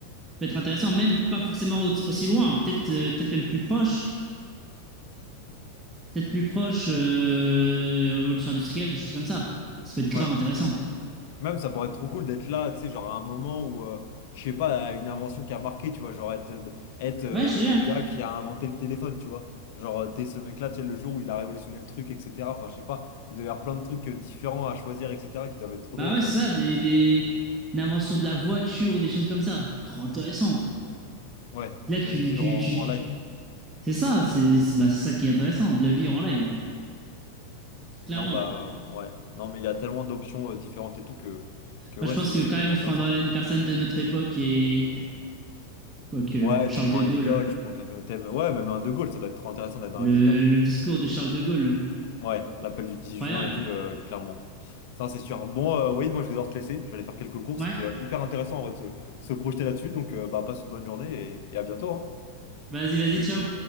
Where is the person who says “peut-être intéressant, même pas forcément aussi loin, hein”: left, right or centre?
Right